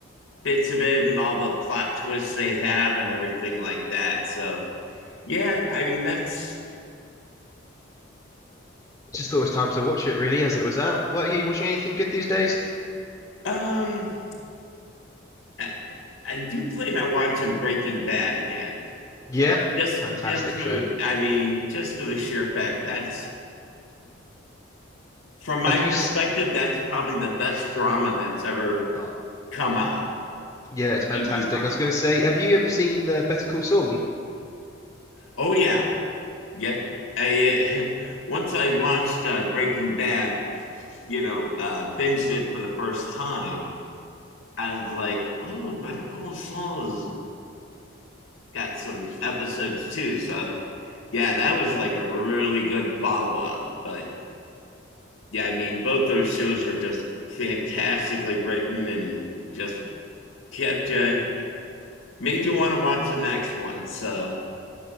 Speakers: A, on the left; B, on the left.
A: bits of it and all the plot twists they have and everything like that. So, yeah, I mean, that's
B: I just thought it was time to watch it really, as it was out. What are you, you watching anything good these days?
A: um I, I do plan on watching Breaking Bad again.
B: Yeah,
A: Just
B: fantastic
A: just for
B: show.
A: the, I mean, just for the sheer fact that's from my
B: Have
A: perspective,
B: you? s-
A: that's probably the best drama that's ever
B: oh,
A: come out.
B: yeah, it's fantastic.
A: TV wise.
B: I was going to say, have you ever seen uh, Better Call Saul?
A: Oh yeah. Yep. I, uh, <laughs> once I watched uh, Breaking Bad, you know, uh, binged it for the first time, I was like, oh, Better Call Saul has got some episodes too. So, yeah, that was like a really good follow up. But yeah, I mean, both those shows are just fantastically written and just kept you, made you want to watch the next one. So,